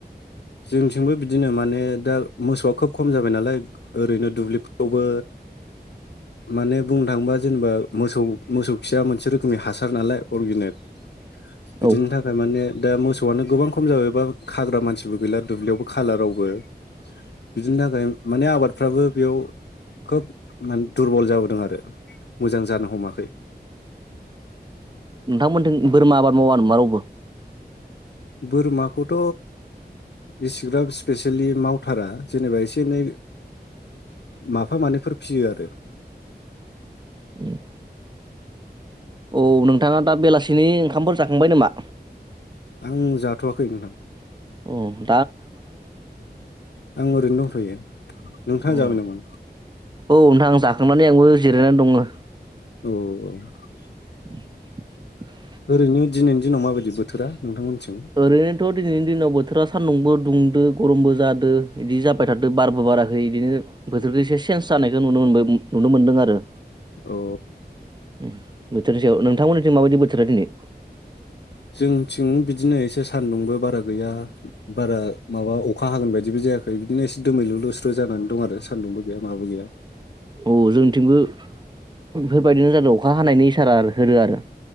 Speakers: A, on the left (about 85°); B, on the right (about 25°).
A: जोंथिंबो बिदिनो माने दा मोसौआ खोब खम जाबाय नालाय ओरैनो दुब्लिफ्रावबो माने बुंनो थाङोबा जेनेबा मोसौ मोसौ खिया मोनसे रोखोमनि हासार नालाय अरगेनिक। बिदिनि
B: औ
A: थाखाय माने दा मोसौआनो गोबां खम जाबायबा खाग्रा मानसिबो गैला दुब्लियावबो खालारावबो बिदिनि थाखाय माने आबादफ्राबो बेयाव खोब माने दुरबल जाबोदों आरो मोजां जानो हमाखै।
B: नोंथांमोननिथिं बोरमा आबाद मावा नामा रावबो?
A: बोरमाखौथ' इसिग्राब स्पेसियेलि मावथारा जेनेबा एसे एनै माफा मानैफोर फिसियो आरो।
B: उम औ नोंथाङा दा बेलासिनि ओंखामफोर जाखांबाय नामा?
A: आं जाथ'वाखै नोंथां।
B: उम
A: आं ओरैनो दंथ'यो नोंथाङा
B: अ
A: जाबाय नामा?
B: औ नोंथां जाखांनानै आंबो जिरायनानै दङ।
A: औ
B: <inaudible>
A: ओरैनो दिनैनि दिनाव माबायदि बोथोरा नोंथांमोनथिं?
B: ओरैनोथ' दिनैनि दिनाव बोथोरा सानदुंबो दुंदो गरमबो जादो बिदि जाबाय थादो बारबो बाराखै बिदिनो बोथोरखौ एसे चेन्स जानायखौ नुनो मोन नुनो मोनदों आरो।
A: अ
B: उ बोथोरनि सायाव नोंथांमोननिथिं माबायदि बो? थोरा दिनै
A: जोंथिं बिदिनो एसे सानदुंबो बारा गैया बारा माबा अखा हागोन बायदिबो जायाखै। बिदिनोसे दोमै लु लुस्रु जानानै दं आरो। सानदुंबो गैया माबो गैया।
B: औ जोंथिंबो बेफोरबायदिनो जादों अखा हानायनि इसारा होदो आरो।